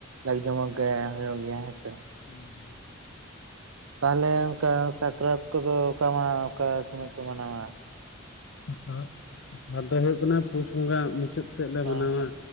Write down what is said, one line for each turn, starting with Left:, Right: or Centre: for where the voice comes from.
Right: ᱡᱟᱠ ᱡᱚᱢᱚᱠ ᱜᱮ ᱦᱩᱭᱩᱜ ᱜᱮᱭᱟ ᱦᱮᱸ ᱥᱮ ᱾
Left: ᱦᱩᱸ ᱦᱩᱸ
Right: ᱛᱟᱦᱞᱮ ᱚᱱᱠᱟ ᱥᱟᱠᱨᱟᱛ ᱠᱚᱫᱚ ᱚᱠᱟ ᱢᱟᱦᱟ ᱚᱠᱟ ᱥᱚᱢᱚᱭ ᱯᱮ ᱢᱟᱱᱟᱣᱟ ᱾
Left: ᱥᱟᱠᱨᱟᱛ ᱫᱚ ᱦᱩᱭᱩᱜ ᱠᱟᱱᱟ ᱯᱩᱥ ᱵᱚᱸᱜᱟ ᱢᱩᱪᱟᱹᱫ ᱥᱮᱫ ᱞᱮ
Right: ᱚ
Left: ᱢᱟᱱᱟᱣᱟ